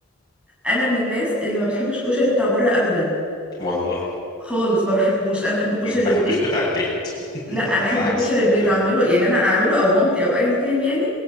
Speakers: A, in the centre; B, on the left (about 20°).
A: انا من الناس اللي ما بتحبش كشري بتاع بره ابدا
B: والله
A: خالص ما بحبوش انا بحب كشري
B: انا ما بحبش
A: البيت
B: بتاع البيت
A: لا
B: <laughs>
A: انا احب
B: انا عكسك
A: كشري
B: في
A: البيت
B: دي تمام
A: اعمله يعني انا اعمله او مامتي او ايا كان يعني